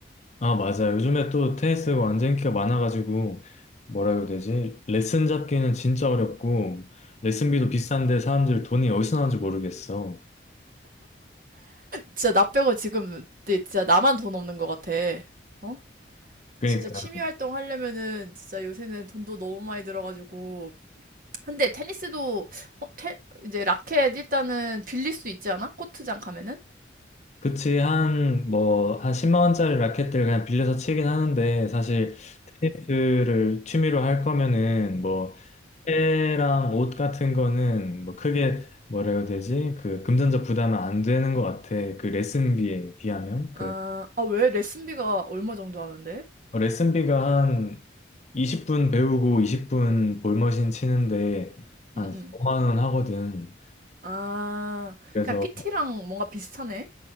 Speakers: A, on the left; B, on the right.
A: 아, 맞아요. 요즘에 또 테니스 완전 인기가 많아가지고 뭐라 해야 되지? 레슨 잡기는 진짜 어렵고 레슨비도 비싼데 사람들 돈이 어디서 나오는지 모르겠어.
B: 진짜 나 빼고 지금 내- 진짜 나만 돈 없는 것 같아. 어?
A: 그러니까
B: 진짜 취미 활동 하려면은 진짜 요새는 돈도 너무 많이 들어가지고 근데 테니스도 어, 테, 이제 라켓 일단은 빌릴 수 있지 않아? 코트장 가면은?
A: 그치 한 뭐 한 10만 원짜리 라켓들 그냥 빌려서 치긴 하는데 사실 테니스를 취미로 할 거면은 뭐 때랑 옷 같은 거는 뭐 크게 뭐라 해야 되지? 그 금전적 부담은 안 되는 것 같아. 그 레슨비에 비하면.
B: 아,
A: 그래.
B: 아, 왜? 레슨비가 얼마 정도 하는데?
A: 어, 레슨비가 한 20분 배우고 20분 볼머신 치는데 한
B: 응, 응.
A: 5만 원 하거든.
B: 아,
A: 그래서
B: 그냥 PT랑 뭔가 비슷하네?